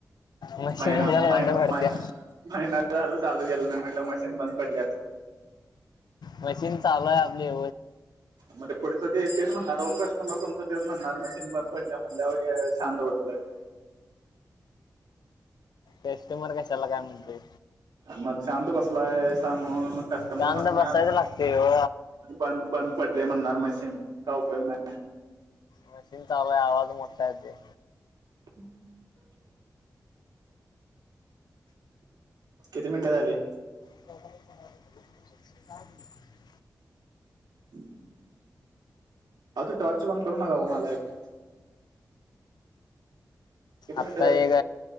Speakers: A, on the left; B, on the right.
A: मशीन
B: महिना,
A: कशाला
B: महिना,
A: बंद पडत्या
B: महिना. महिना झाल चालू केलं नाही. म्हटलं मशीन बंद पडली असंल.
A: मशीन चालूय आपली.
B: म तें पुढचं ते तेच म्हणणार हो, कस्टमर तुमचं तेच म्हणणार, मशीन बंद पडल्या म्हणल्यावर शांत बसलं.
A: कस्टमर कशाला काय म्हणते.
B: मग शांत बसलाय स म्हणून कस्टमर
A: शांत
B: म्हणणार.
A: बसायचं लागते हो
B: ब बंद पडले म्हणणार मशीन काही उपयोग नाही.
A: मशीन चालूय आवाज मोठ्ठा चं ये.
B: <inaudible> किती मिनटे झाले.
A: <unintelligible>
B: <inaudible> अ तो टॉर्च बंद करू नकाओ मालक. किती मिनिटं
A: आता
B: झाली?
A: एग